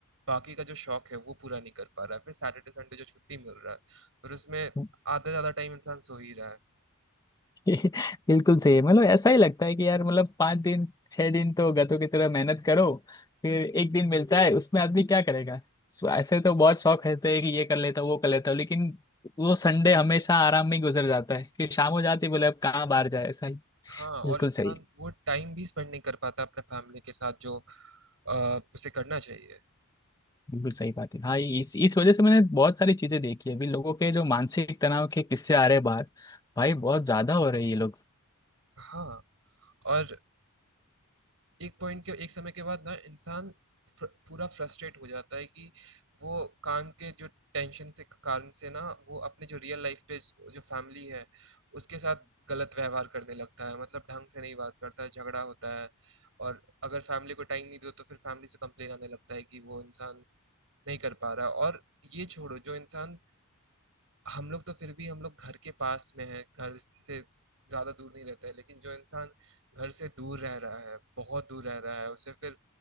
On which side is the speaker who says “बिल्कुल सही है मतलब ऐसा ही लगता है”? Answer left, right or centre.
Left